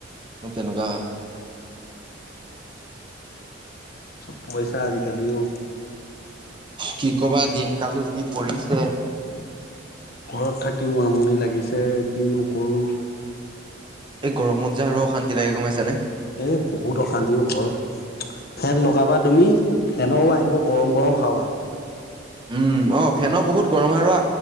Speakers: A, on the right (about 25°); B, on the left (about 55°).
A: তেনেকুৱা হয়।
B: চব পইচা আজিকালি অ'
A: কি কবা দিন কালো যি পৰিছে,
B: ঘৰত থাকিও আমনি লাগিছে কিনো কৰো।
A: এই গৰমত যে আৰু অশান্তি লাগে গম পাইছা?
B: এ বহুত অশান্তিও ঘৰত। ফেন লগাবা তুমি ফেনৰ আহিব গৰম গৰম হাৱা।
A: উম অ ফেন বহুত গৰম হাৰা